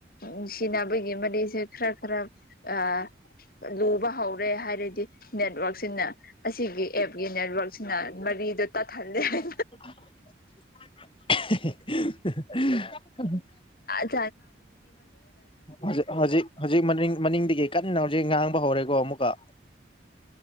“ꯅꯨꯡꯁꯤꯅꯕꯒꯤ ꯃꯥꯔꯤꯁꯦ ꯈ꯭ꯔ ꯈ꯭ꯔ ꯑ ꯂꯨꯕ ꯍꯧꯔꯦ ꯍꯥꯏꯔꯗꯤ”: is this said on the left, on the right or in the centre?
Left